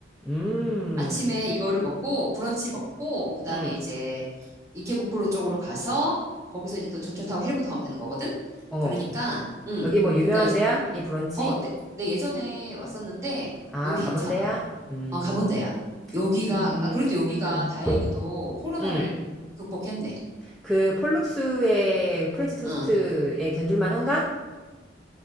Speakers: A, in the centre; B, on the right.
A: 음,
B: 아침에 이거를 먹고, 브런치 먹고, 그 다음에
A: 음,
B: 이제 이케부쿠로 쪽으로 가서, 거기서 이제 또 전철 타고 헬리포터 가면 되는 거거든?
A: 어.
B: 그러니까, 응.
A: 여기 뭐 유명한
B: 그러니까 이제,
A: 데야? 이 브런치?
B: 어, 내, 내 예전에 왔었는데,
A: 아,
B: 여기
A: 가본
B: 괜찮아.
A: 데야? 음,
B: 어, 가본 데야. 여기가,
A: 음,
B: 아, 그래도 여기가 다행히도 코로나를
A: 음.
B: 극복했네.
A: 그 폴룩스의 프렌치 토스트에
B: 어.
A: 견줄만 한가?